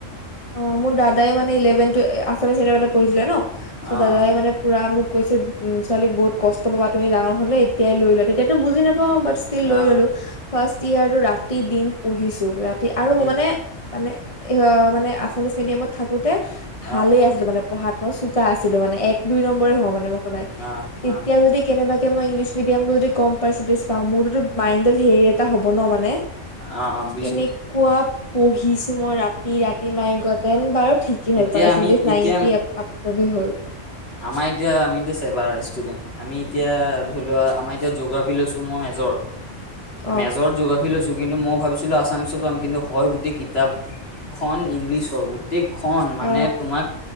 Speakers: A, on the left (about 25°); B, on the left (about 50°).
A: অ মোৰ দাদাই মানে ইলেভেন টো আচামিজ মেডিয়ামতে পঢ়িছিলে ন চ'
B: অ',
A: দাদাই মানে পুৰা মোক কৈছে উ ছোৱালী বহুত কষ্ট পাবা তুমি ডাঙৰ হলে এতিয়াই লৈ লোৱা তেতিয়াতো বুজি নাপা অ ব ষ্টিল লৈ
B: অ',
A: ললো ফাৰ্ষ্ট ইয়াৰটো ৰাতি দিন পঢ়িছো ৰাতি আৰু
B: এই
A: মানে মানে এ মানে আছামিছ মিডিয়ামত থাকোতে ভালে
B: অ',
A: আছিলো মানে বহাত মই চোকা আছিলো মানে এক দুই নম্বৰে হ মানে মই সদায়
B: অ',
A: তেতিয়া
B: অ',
A: যদি কেনেবাকে কে মই ইংলিছ মিডিয়াম যদি কম পাৰ্চেন্টেজ পা মোৰতো মাইণ্ডত হেৰি এটা হ'ব ন মানে।
B: অ', অ', বুজিছো
A: কেনেকুৱা পঢ়িছো মই ৰাতি- ৰাতি মাই গড দেন বাৰু। ঠিক হ'ল
B: এতিয়া
A: পাৰ্চেণ্টেজ
B: আমি এতিয়া
A: নাইনটি আপ হে হ'ল।
B: আমাৰ এতিয়া আমি এতিয়া চেবাৰ ষ্টুডেণ্ট আমি এতিয়া ধৰি লোৱা আমাৰ এতিয়া জিয়'গ্ৰাফি লৈছো মই মেজৰ
A: অ
B: -মেজৰ জিয়'গ্ৰাফ ফি লৈছো কিন্তু মই ভাবিছিলো আছামিছত পাম কিন্তু হয় গোটেই কিতাপখন ইংলিছৰ গোটেই। খন মানে
A: অ
B: তোমাক